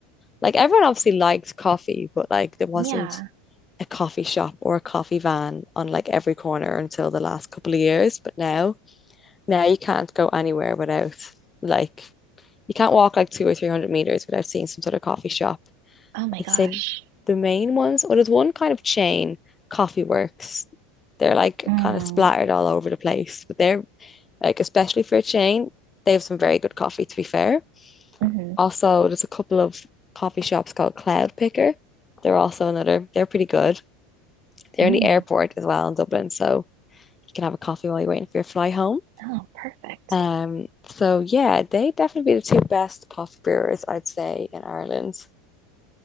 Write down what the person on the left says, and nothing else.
Like everyone obviously liked coffee, but like there wasn't
a coffee shop or a coffee van on like every corner until the last couple of years. But now, now you can't go anywhere without like you can't walk like two or three hundred meters without seeing some sort of coffee shop.
I'd
say the main ones, or there's one kind of chain, Coffee Works. They're like
kind of splattered all over the place, but they're like especially for a chain, they have some very good coffee to be fair.
Also, there's a couple of coffee shops called Cloud Picker. They're also another, they're pretty good. The
only airport as well in Dublin, so you can have a coffee while you're waiting for your fly home.
Um, so yeah, they definitely be the two best coffee brewers, I'd say, in Ireland.